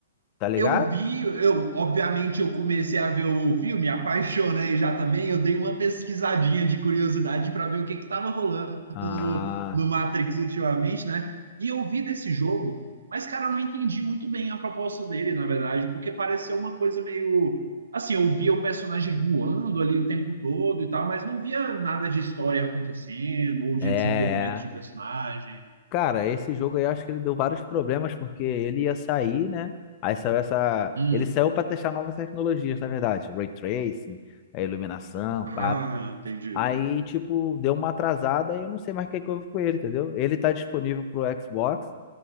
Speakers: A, on the left (about 35°); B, on the right (about 80°).
A: Tá ligado?
B: eu vi, eu obviamente eu comecei a ver o filme, apaixonei já também. Eu dei uma pesquisadinha de curiosidade para ver o que estava rolando
A: Ah,
B: no, no Matrix ultimamente, né? E eu vi desse jogo, mas cara, eu não entendi muito bem a proposta dele, na verdade, porque pareceu uma coisa meio assim, eu via o personagem voando ali o tempo todo e tal, mas não via nada de história acontecendo ou de
A: é.
B: desenvolvimento de
A: é.
B: personagem.
A: Cara, esse jogo aí eu acho que ele deu vários problemas, porque ele ia sair, né? Aí saiu essa.
B: Hum.
A: Ele saiu pra testar novas tecnologias, na verdade. Ray tracing, a iluminação,
B: Ah,
A: pá.
B: entendi.
A: Aí, tipo, deu uma atrasada e eu não sei mais o que é que houve com ele, entendeu? Ele tá disponível pro Xbox.